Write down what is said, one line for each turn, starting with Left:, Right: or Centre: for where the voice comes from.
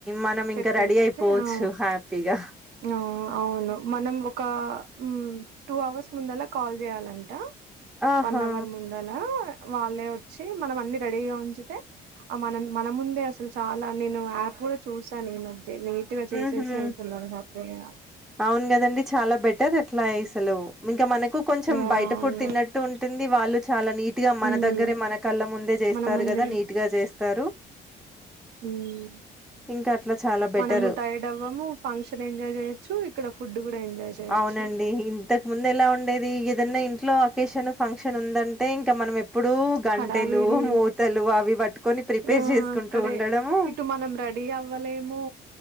Centre: మనం ఇంక
Right: పెట్టేస్తే
Centre: రెడీ అయిపోవచ్చు
Right: ఆ
Centre: హ్యాపీగా
Right: ఆ అవును మనం ఒక హ్మ్ టూ అవర్స్ ముందలా కాల్ చేయాలంట
Centre: ఆహా
Right: వన్ అవర్ ముందలా వాళ్ళే వచ్చి మనం అన్ని రెడీగా ఉంచితే ఆ మనం మన ముందే అసలు చాలా నేను యాప్ కూడా చూసాను ఈ మధ్య నీట్గా చేసేసి
Centre: ఉహు
Right: వెళ్తున్నారు హాప్పీగా
Centre: అవును కదండి చాలా బెటర్ అట్లా ఇసలు ఇంక మనకు కొంచెం
Right: యా
Centre: బయట
Right: అవును
Centre: ఫుడ్ తిన్నట్టు ఉంటుంది వాళ్ళు చాలా నీట్గా మన
Right: మ్
Centre: దగ్గరే మన కళ్ళ ము
Right: మన
Centre: ఇస్తారు
Right: ముందే
Centre: కదా నీట్ గా చేస్తారు
Right: హ్మ్
Centre: ఇంకా అట్లా చాలా బెటర్
Right: మనము టైర్డ్ అవ్వము ఫంక్షన్ ఎంజాయ్ చేయొచ్చు ఇక్కడ ఫుడ్ కూడా ఎంజాయ్ చేయొచ్చు
Centre: అవునండి ఇంతకు ముందు ఎలా ఉం ఇది ఏదన్నా ఇంట్లో అకేషన్ ఫంక్షన్ ఉందంటే ఇంకా మనం ఇప్పుడు గంటెలు,
Right: హడావిడి
Centre: మూతలు అవి పట్టుకొని ప్రిపేర్
Right: ఆ
Centre: చేసుకుంటూ
Right: అక్కడే
Centre: ఉండడము.
Right: ఇటు మనం రెడీ అవ్వలేము.